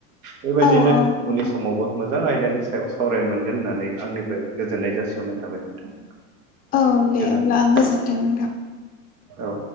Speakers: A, on the right; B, on the left.
A: बेबायदिनो
B: औ औ नंगौ
A: उननि समावबो मोजां आयदानि सायाव सावरायनो मोनगोन होननानै आंनिफ्राय गोजोननाय जासिहरनाय थाबाय <inaudible>
B: औ दे
A: गोजोनथों
B: अब्ला आं गोजोनथों नोंथां
A: औ